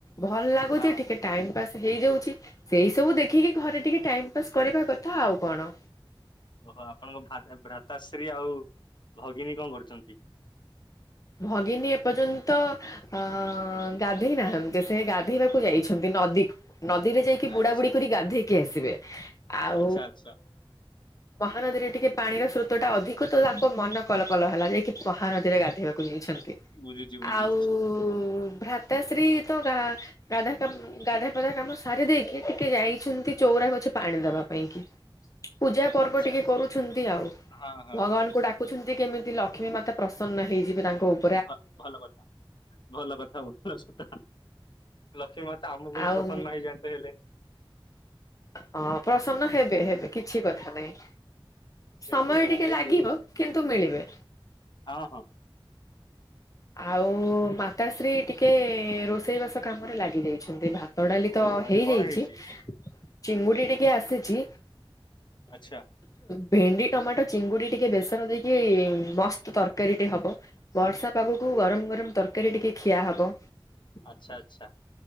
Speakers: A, on the left; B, on the left.
A: ଭଲ ଲାଗୁଛି
B: ହଁ।
A: ଟିକେ। ଟାଇମ ପାସ୍ ହେଇଯାଉଛି ସେଇ ସବୁ ଦେଖିକି ଘରେ ଟିକେ ଟାଇମ୍ ପାସ୍ କରିବା କଥା ଆଉ କଣ।
B: ଓହୋ ଆପଣଙ୍କ ଭ ଭ୍ରାତାଶ୍ରୀ ଆଉ ଭଗିନୀ କଣ କରୁଛନ୍ତି?
A: ଭଗିନୀ ଏପର୍ଯ୍ୟନ୍ତ ଅ ଗାଧେଇ ନାହାନ୍ତି ସେ ଗାଧେଇବାକୁ ଯାଇଛନ୍ତି ନଦୀକୁ। ନଦୀରେ ଯାଇକି ବୁଡ଼ା
B: ଆଚ୍ଛା
A: ବୁଡ଼ି କରି ଗାଧେଇକି ଆସିବେ ଆଉ
B: ଆଚ୍ଛା ଆଚ୍ଛା
A: ମହାନଦୀରେ ଟିକେ ପାଣିର ସ୍ରୋତ ଟା ଅଧିକ ତ ତାଙ୍କ ମନ କଲ କଲ ହେଲା ଯାଇକି ମହାନଦୀରେ ଗାଧୋଇବାକୁ। ଯଛନ୍ତି
B: ବୁଝୁଛି ବୁଝୁଛି
A: ଆଉ ଭ୍ରତାଶ୍ରୀ ତା ରାଧା କାମ ଗାଧାପଧା କାମ ସାରି ଦେଇକି ଟିକେ ଯାଇଛନ୍ତି ଚଉରାକ ଅଛି ପାଣି ଦବା ପାଇଁ କି। ପୂଜା ପର୍ବ
B: ଆଚ୍ଛା
A: ଟିକେ
B: ଆଚ୍ଛା।
A: କରୁଛନ୍ତି ଆଉ
B: ହଁ ହଁ
A: ଭଗବାନଙ୍କୁ
B: ହଁ
A: ଡା କୁଛନ୍ତି କେମିତି ଲକ୍ଷ୍ମୀ ମାତା ପ୍ରସନ୍ନ ହେଇଯିବେ ତାଙ୍କ ଉପ
B: ଭ ଭଲ କଥା ଭଲ କଥା ଭଲ କଥା ଲକ୍ଷ୍ମୀ ମାତା ଆମ ଉପରେ
A: ଆଉ
B: ବି ପ୍ରସନ୍ନ ହେଇଯାନ୍ତେ ହେଲେ
A: ହଁ ପ୍ରସନ୍ନ ହେବେ ହେବେ କିଛି କଥା ନାଇଁ। ସମୟ
B: ଏବେ ହଁ
A: ଟିକେ
B: ହେଇଯିବେ
A: ଲାଗିବ
B: ହେଇଯିବେ
A: କିନ୍ତୁ ମିଳିବେ।
B: ହଁ ହଁ
A: ଆଉ ମାତାଶ୍ରୀ ଟିକେ ରୋଷେଇବାସ କାମରେ ଲାଗି ଯାଇଛନ୍ତି ଭାତ ତ ଡାଲି
B: ଓ
A: ତ
B: ଆଜି
A: ହେଇଯାଇଛି
B: କଣ ହେଇଛି
A: ଚିଙ୍ଗୁଡି ଟିକେ ଆସିଛି।
B: ଆଚ୍ଛା
A: ଭେଣ୍ଡି ଟମାଟୋ ଚିଙ୍ଗୁଡି ଟିକେ ବେସନ ଦେଇକି ମସ୍ତ ତରକାରୀଟି ହବ। ବର୍ଷା ପାାଗକୁ
B: ଓହୋ।
A: ଗରମ ଗରମ ତରକାରୀ ଟିକେ ଖିଆ ହବ।
B: ଆଛା ଆଚ୍ଛା